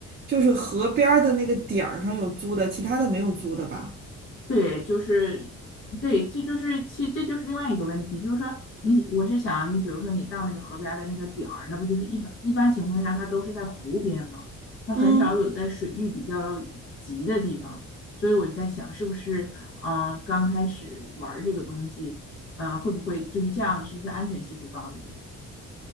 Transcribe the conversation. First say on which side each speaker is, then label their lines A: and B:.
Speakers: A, on the right (about 35°); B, on the left (about 45°).
A: 就是河边儿的那个点儿上有租的，其他的没有租的吧？
B: 对，就是对，这就是其这就是另外一个问题，就是说你我是想你比如说你到那个河边儿的那个点儿，那不就是一般一般情况下它都是在湖边嘛，它很少有在水域比较急的地方，
A: 嗯，
B: 所以我在想是不是嗯、呃刚开始玩儿这个东西，嗯、会不会就是这样，是不是安全系数高一点？